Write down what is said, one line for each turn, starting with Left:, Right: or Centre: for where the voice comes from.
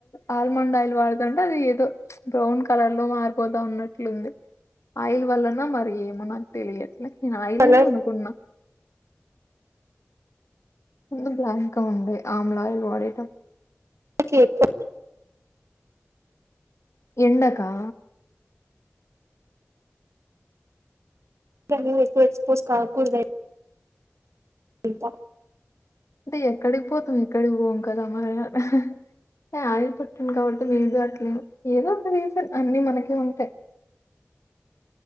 Left: ఆల్మండ్ ఆయిల్ వాడుతుంటే అది ఏదో బ్రౌన్ కలర్ లో మారిపోతా ఉన్నట్లుంది ఆయిల్ వల్లన మరి ఏమో నాకు తెలియట్లే నేను ఆయిలేనే
Right: కలర్
Left: అనుకున్నా ముందు బ్లాక్ ఉండే ఆమ్లా ఆయిల్ వాడేటప్
Right: అందుకే ఎక్కు
Left: ఎండకా
Right: <unintelligible> పోసి కాగకుడదా ఇంకా
Left: అంటే ఎక్కడికి పోతాం ఎక్కడికి పోం కదా మరా ఆహ్ అంటే ఆయిల్ పెట్టినం కాబట్టి మే బి అట్లేమో ఏదో ఒక రీజన్ అన్ని మనకే ఉంటాయి